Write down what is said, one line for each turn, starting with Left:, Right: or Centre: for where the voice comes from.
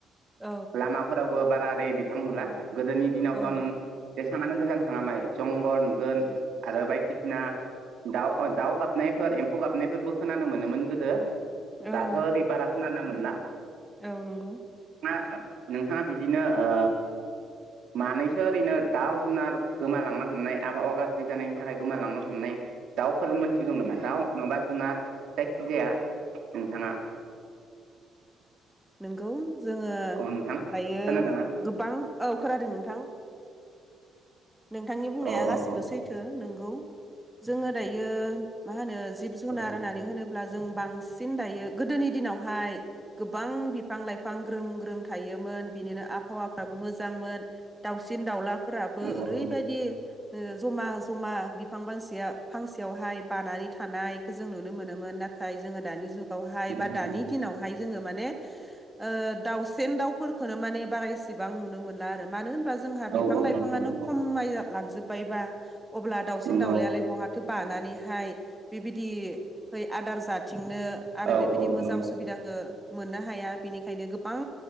Centre: औ
Right: लामाफोराव। बाराारै बिफां नुला गोदोनि दिनावथ'
Centre: औ
Right: नों जेसेबांानो गोजान थाङ माय जंगल नुगोन
Centre: औ
Right: आरो बायदि बायदिसिना दाउ ओ दाउ गाबनायफोर एम्फौ गाबनायफोरबो खोनानो मोनोमोन गोदो।
Centre: औ
Right: दाथ' ओरैबाराखोनानो मोनला।
Centre: औ नंगौ।
Right: ओ नोंथाङा बिदिनो ओ मानै सो ओरैनो दाउ जुनार गोमालांनो हमनाय आबहावा गाज्रि जानायनि थाखाय गोमालांनो हमनाय। दाउफोर मोन सिगौ नामा दाउ नङाबा जुनार जायखिजाया नोंथाङा।
Centre: नोंगौ। जोङो दायो
Right: औ नोंथां खोनादोंना
Centre: गोबां औ खोनादों नोंथां। नोंथांनि बुंनाया
Right: औ
Centre: गासिबो
Right: औ औ
Centre: सैथो, नोंगौ जोङो दायो मा होनो जिब जुनार
Right: औ
Centre: होननानै होनोब्ला। जों बांसिन दायो गोदोनि दिनावहाय गोबां बिफां लाइफां ग्रोम ग्रोम थायोमोन। मोन बिनिनो आबहावाफ्राबो मोजांमोन दाउसिन दाउलाफोराबो
Right: नंगौ
Centre: ओरैबायदि
Right: नंगौ
Centre: ओ ज'मा ज'मा बिफां फांसेया फांसेयावहाय बानानै थानायखो जों नुनो मोनोमोन। नाथ थाय जोङो दानि जुगावहाय
Right: नंगौ
Centre: बा दानि
Right: नंगौ
Centre: दिनावहाय जोङो माने ओ दाउसेन दाउफोरखोनो माने बारा इसेबां नुनो मोनला आरो। मानो होनबा जोंहा
Right: औ
Centre: बिफां
Right: औ
Centre: लाइफांनो
Right: नंगौ नंगौ
Centre: खमाय लांजोब्बायबा अब्ला दाउसिन
Right: नंगौ
Centre: दाउलायालाय बहा थो बानानैहाय बेबायदि आदार जाथि थिंनो आरो
Right: औ
Centre: बेबायदि
Right: औ
Centre: मोजां
Right: नंगौ
Centre: सुबिदाखो मोननो हाया बेनिखायनो गोबां